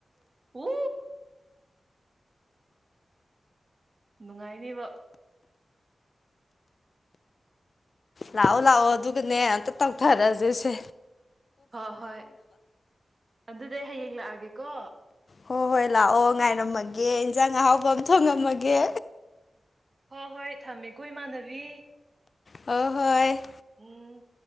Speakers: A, on the right; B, on the left.
A: ꯎ ꯅꯨꯡꯉꯥꯏꯅꯦꯕ
B: ꯂꯥꯛꯑꯣ ꯂꯥꯛꯑꯣ ꯑꯗꯨꯒꯅꯦ ꯑꯝꯇ ꯇꯧꯊꯔꯁꯤꯁꯦ
A: ꯍꯣꯏ ꯍꯣꯏ ꯑꯗꯨꯗꯩ ꯍꯌꯦꯡ ꯂꯥꯛꯑꯒꯦꯀꯣ
B: ꯍꯣꯏ ꯍꯣꯏ ꯂꯥꯛꯑꯣ ꯉꯥꯏꯔꯝꯃꯒꯦ ꯏꯟꯁꯥꯡ ꯑꯍꯥꯎꯕ ꯑꯃ ꯊꯣꯡꯉꯝꯃꯒꯦ
A: ꯍꯣꯏ ꯍꯣꯏ ꯊꯝꯃꯦꯀꯣ ꯏꯃꯥꯟꯅꯕꯤ
B: ꯑ ꯍꯣꯏ
A: ꯎꯝ